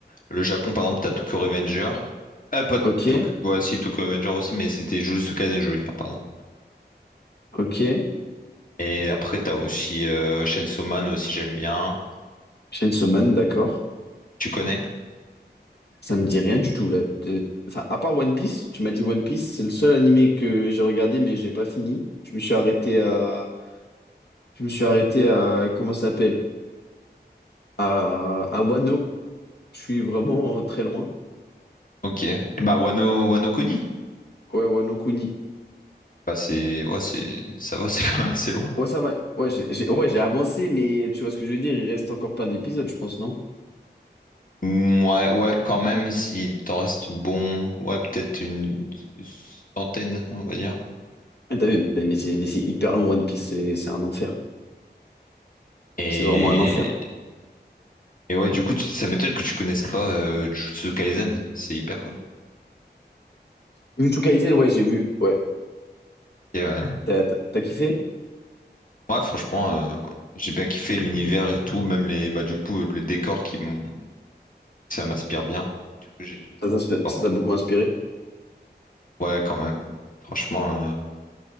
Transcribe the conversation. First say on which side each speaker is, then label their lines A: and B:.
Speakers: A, on the left (about 50°); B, on the left (about 70°).
A: Le Japon, par exemple, t'as Tokyo Revenger. Euh, pas
B: ok,
A: Tokyo. Ouais, si, Tokyo Revenger aussi, mais c'était Jujutsu Kaisen, je voulais dire, pardon.
B: ok.
A: Et après, t'as aussi euh, Chainsaw Man aussi, j'aime bien.
B: Chainsaw Man, d'accord.
A: Tu connais?
B: Ça me dit rien du tout là. Te- Enfin, à part One Piece, tu m'as dit One Piece, c'est le seul animé que j'ai regardé mais j'ai pas fini. Je me suis arrêté à, je me suis arrêté à, comment ça s'appelle? À, à Wano. Je suis vraiment euh, très loin.
A: Ok. Et bah, Wano, Wano Kuni.
B: Ouais, ouais, no Kuni.
A: Bah, c'est. Ouais, c'est. Ça va, <laughs> c'est quand même assez loin.
B: Ouais, ça va. Ouais, j'ai j'ai- ouais, j'ai avancé, mais tu vois ce que je veux dire, il reste encore plein d'épisodes, je pense, non?
A: Mm, Ouais, ouais, quand même, si t'en restes bon. Ouais, peut-être une une centaine, on va dire.
B: Ah, t'as vu, mais mais c'est mais c'est hyper long, One Piece, c'est c'est un enfer.
A: Et,
B: C'est vraiment un enfer.
A: et ouais, du coup, tu- ça m'étonne que tu connaisses pas euh, Jujutsu Kaisen. C'est hyper connu.
B: Jujutsu Kaisen, ouais, j'ai vu. Ouais.
A: Ok, ouais.
B: T'as t'as- t'as kiffé?
A: Ouais, franchement, euh, j'ai bien kiffé l'univers et tout, même les, bah, du coup, le décor qui m'ont- ça m'inspire bien. Du coup, j'ai, j'ai-
B: Ça t'inspire-
A: porte-
B: ça t'a beaucoup inspiré?
A: ouais, quand même. Franchement, euh,